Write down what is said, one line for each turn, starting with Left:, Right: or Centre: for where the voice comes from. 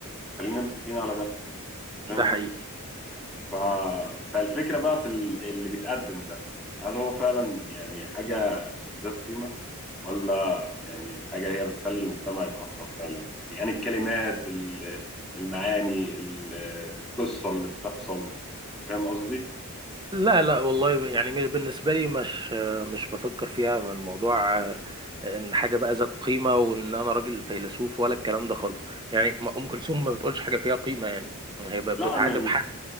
Centre: خلينا متفقين على ده فاهم
Right: ده حقيقي
Centre: قصدي؟ ف... فالفكرة بقى في ال- اللي بيتقدم ده هل هو فعلا يعني حاجة ذات قيمة ولا يعني حاجة هي بتخلي المجتمع يتأخر فعلا يعني الكلمات ال- المعاني ال- القصة اللي بتحصل فاهم قصدي؟
Right: لا لا والله يعني مش- بالنسبة لي مش مش بفكر فيها من موضوع آه، ان حاجة بقى ذات قيمة وان انا راجل فيلسوف ولا الكلام ده خالص يعني ما- ام كلثوم ما بتقولش حاجة فيها قيمة يعني هي ب-
Centre: لا
Right: بتعاتب
Centre: م-
Right: حد